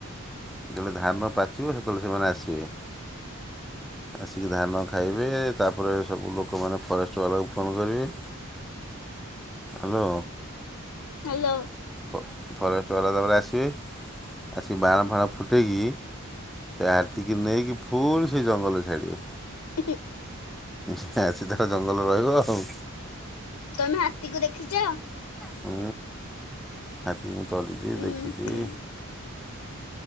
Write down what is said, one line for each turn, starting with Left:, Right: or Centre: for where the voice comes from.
Centre: ଯେତେବେଳେ ଧାନ ପାଚିବ ସେତେବେଳେ ସେମାନେ ଆସିବେ। ଆସିକି ଧାନ ଖାଇବେ, ତାପରେ ସବୁ ଲୋକମାନେ ଫରେଷ୍ଟ ବାଲାକୁ ଫୋନ୍ କରିବେ, ହାଲୋ
Left: ହାଲୋ।
Centre: ଫ ଫରେଷ୍ଟ ବାଲା ତାପରେ ଆସିବେ, ଆସିକି ବାଣ ଫାଣ ଫୁଟେଇକି ସେ ହାଥୀକି ନେଇକି ଫୁଣି ସେଇ ଜଙ୍ଗଲରେ ଛାଡ଼ିବେ।
Left: <unintelligible>
Centre: ସିଧା ସିଧା ଜଙ୍ଗଲରେ ରହିବ ଆଉ।
Left: ତମେ ହାତୀକୁ ଦେଖିଛ?
Centre: ହୁଁ, ହାତୀକୁ ମୁଁ ତଡିଚି,
Left: ଉଁ
Centre: ଦେଖିଛି।
Left: ହୁଁ।